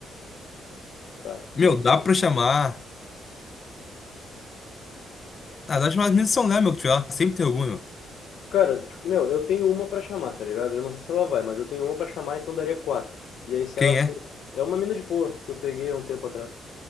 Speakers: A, on the left; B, on the left.
A: Tá,
B: Meu,
A: deixa
B: dá
A: eu ver.
B: pra chamar. Ah, dá pra chamar as meninas de São Léo, meu, que tiver lá. Sempre tem alguma, meu.
A: Cara, tipo, meu, eu tenho uma pra chamar, tá ligado? Eu não sei se ela vai, mas eu tenho uma pra chamar, então daria quatro. E aí se
B: Quem
A: ela
B: é?
A: for... É uma mina de boa, que eu peguei há um tempo atrás.